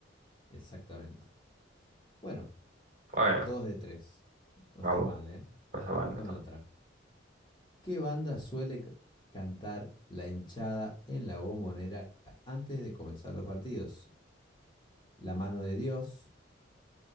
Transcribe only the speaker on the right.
Bueno,
vamos,
no está
mal, no
está